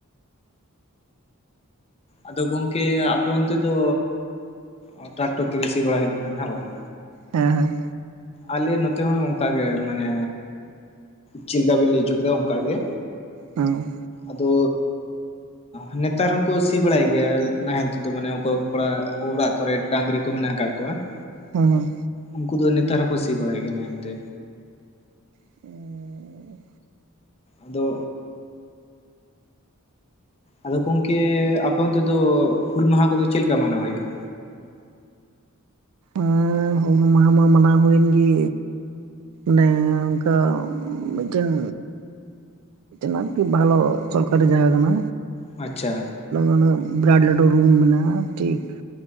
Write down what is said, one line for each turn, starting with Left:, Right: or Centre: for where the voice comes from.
Left: ᱟᱫᱚ ᱜᱚᱝᱠᱮ ᱟᱯᱮ ᱚᱱᱛᱮ ᱫᱚ ᱚᱸ ᱴᱟᱠᱴᱚᱨ ᱛᱮ ᱜᱮ ᱥᱤ ᱵᱟᱲᱟᱭ ᱦᱩᱭᱩᱜ ᱠᱟᱱᱟ, ᱦᱮᱸ ᱵᱟᱝ?
Right: ᱦᱮᱸ ᱦᱮᱸ᱾
Left: ᱟᱞᱮ ᱱᱚᱛᱮ ᱦᱚᱸ ᱚᱱᱠᱟ ᱜᱮ, ᱢᱟᱱᱮ ᱪᱮᱫ ᱞᱮᱠᱟᱵᱤᱱ ᱞᱟᱹᱭ ᱦᱚᱪᱚ ᱠᱮᱫᱟ ᱚᱱᱠᱟ ᱜᱮ᱾
Right: ᱚᱸᱻ᱾
Left: ᱟᱫᱚ ᱟᱸᱻ ᱱᱮᱛᱟᱨ ᱦᱚᱸᱠᱩ ᱥᱤ ᱵᱟᱲᱟᱭᱮᱫ ᱜᱮᱭᱟ, ᱱᱟᱦᱮᱞ ᱛᱮᱫᱚ ᱢᱟᱱᱮ ᱚᱠᱚᱭ ᱠᱚᱲᱟ ᱚᱲᱟᱜ ᱠᱚᱨᱮ ᱰᱟᱝᱨᱤ ᱠᱚ ᱢᱮᱱᱟᱜ ᱟᱠᱟᱫ ᱠᱚᱣᱟ᱾ <inaudible>
Right: ᱦᱩᱸ ᱦᱩᱸ᱾
Left: ᱩᱱᱠᱩ ᱫᱚ ᱱᱮᱛᱟᱨ ᱦᱚᱸᱠᱚ ᱥᱤ ᱵᱟᱲᱟ ᱭᱮᱫ ᱜᱮᱭᱟ ᱱᱟᱦᱮᱞ ᱛᱮ᱾
Right: ᱦᱮᱸ
Left: ᱟᱫᱚ ᱟᱫᱚ ᱠᱚᱝᱠᱮ ᱟᱯᱮ ᱚᱱᱛᱮ ᱫᱚ ᱦᱩᱞ ᱢᱟᱦᱟ ᱠᱚᱫᱚ ᱪᱮᱫ ᱞᱮᱠᱟ ᱢᱟᱱᱟᱣ ᱦᱩᱭᱩᱜᱼᱟ?
Right: ᱟᱸ ᱦᱩᱞ ᱢᱟᱦᱟ ᱢᱟ ᱢᱟᱱᱟᱣ ᱦᱩᱭᱮᱱ ᱜᱤ ᱢᱟᱱᱮ ᱚᱱᱮ ᱚᱝᱠᱟ ᱢᱤᱫ ᱴᱮᱱ ᱢᱟᱱᱮ ᱟᱨᱠᱤ ᱵᱷᱟᱞᱚ ᱥᱚᱨᱠᱟᱨᱤ ᱡᱟᱭᱜᱟ ᱠᱟᱱᱟ᱾
Left: ᱟᱪᱪᱷᱟ᱾
Right: ᱚᱱᱟ ᱵᱞᱚᱴ ᱞᱟᱴᱩ ᱢᱮᱱᱟᱜᱼᱟ ᱨᱩᱢ ᱴᱷᱤᱠ